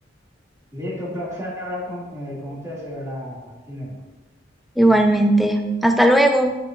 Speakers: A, on the right (about 15°); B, in the centre.
A: Listo, un placer hablar con, eh, con usted, señora Inelva.
B: Igualmente. Hasta luego.